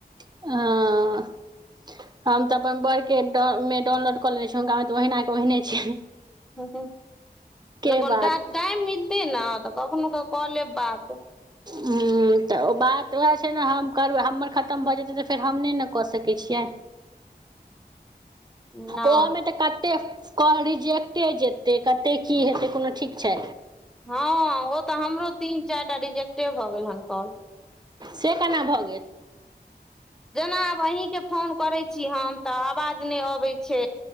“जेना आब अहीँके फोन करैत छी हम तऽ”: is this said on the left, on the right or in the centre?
Centre